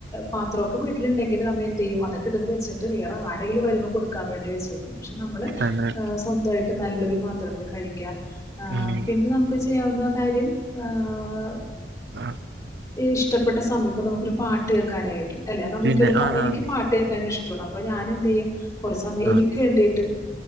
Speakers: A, on the left (about 20°); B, on the right (about 75°).
A: പാത്രോക്കെ വീട്ടിലുണ്ടെങ്കില് ന വെന്റെയ്യു അതൊക്കെ എടുത്ത് വെച്ചിട്ട് വേറെ ആരെങ്കിലും വരുമ്പോ കൊടുക്കാൻ വേണ്ടി വെച്ചേക്കും പക്ഷേ നമ്മള്
B: തന്നെ
A: ഏഹ് സ് സ്വന്തായിട്ട് നല്ലൊരു പാത്രത്തിൽ കഴിക്കാം ഏഹ്
B: ഉം
A: പിന്നെ നമു മുക്ക് ചെയ്യാവുന്ന കാര്യം ആഹ്
B: ആഹ
A: ഇഷ്ടപ്പെട്ട സമയപ്പം നമുക്കൊരു പാട്ട് കേൾക്കാനായിട്ട് അല്ലെ നമുക്കൊരു
B: പിന്നെ ആന്നാന്ന്
A: ട്ട്കേക്കാൻ ഇഷ്ടണ് അപ്പോ ഞാന് എന്തയ്യും കുറെ സമയം എനിക്ക്
B: ആഹ്
A: വേണ്ടിയിട്ട്